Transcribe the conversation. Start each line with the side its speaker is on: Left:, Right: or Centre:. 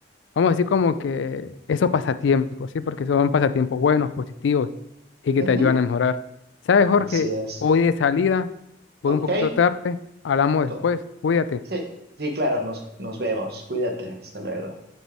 Left: vamos a decir como que esos pasatiempos, ¿sí? Porque son pasatiempos buenos, positivos y que
Right: Ujú,
Left: te ayudan a mejorar. ¿Sabes,
Right: Así
Left: Jorge?
Right: es.
Left: Hoy de salida, voy
Right: Ok.
Left: un poquito tarde, hablamos
Right: to-
Left: después, cuídate.
Right: Sí, sí, claro, nos, nos vemos. Cuídate. Hasta luego.